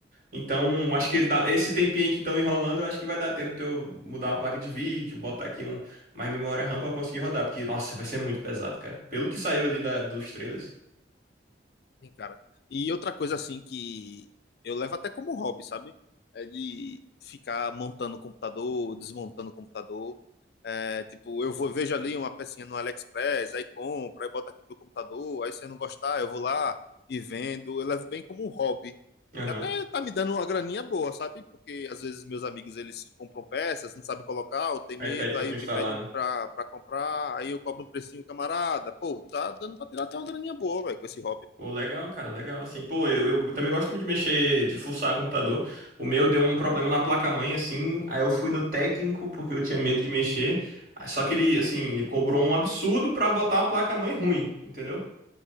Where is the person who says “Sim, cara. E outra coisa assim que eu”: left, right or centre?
Left